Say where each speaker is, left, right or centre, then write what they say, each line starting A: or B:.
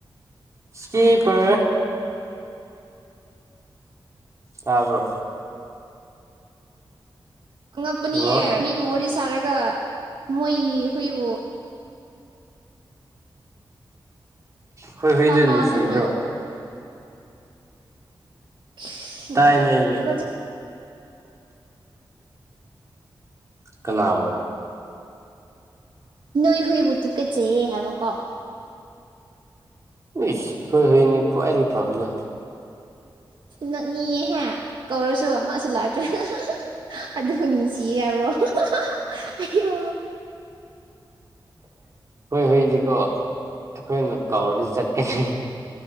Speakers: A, on the right; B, on the right.
A: ꯢꯁꯀꯤꯄꯔ ꯇꯥꯕ꯭ꯔꯣ
B: ꯑꯉꯛꯄꯅꯤꯍꯦ
A: ꯍꯜꯂꯣ
B: ꯃꯤꯕꯨ ꯋꯥꯔꯤ ꯁꯥꯔꯒ ꯃꯣꯏꯒꯤ ꯍꯨꯏꯕꯨ
A: ꯈꯣꯏ ꯍꯨꯏꯗꯣ
B: ꯇꯥꯗꯕ꯭ꯔꯣ
A: ꯅꯨꯡꯁꯤꯗ꯭ꯔꯣ
B: <unintelligible>
A: ꯇꯥꯏꯅꯦ ꯑꯩꯗꯤ
B: ꯇꯨꯒꯖꯩ
A: ꯀꯅꯕꯣ
B: ꯅꯣꯏ ꯍꯨꯏꯕꯨ ꯇꯨꯀꯠ ꯆꯩꯌꯦ ꯍꯥꯏꯕꯀꯣ
A: ꯏꯁ ꯑꯩꯈꯣꯏ ꯍꯨꯏꯅꯤ ꯈ꯭ꯋꯥꯏꯗꯒꯤ ꯐꯕꯗꯣ
B: ꯅꯛꯅꯤꯌꯦꯍꯦ ꯀꯧꯔꯁꯨ ꯃꯥꯁꯨ ꯂꯥꯛꯇꯔꯒ ꯑꯗꯨ ꯅꯨꯡꯁꯤ ꯌꯥꯕꯔꯣ ꯍꯥ ꯍꯥ ꯍꯥ ꯑꯌꯣ
A: <inaudible> ꯍꯣꯏ ꯍꯩꯏꯗꯤꯀꯣ ꯑꯩꯈꯣꯏꯅ ꯀꯧꯔꯗꯤ ꯆꯠꯀꯅꯤ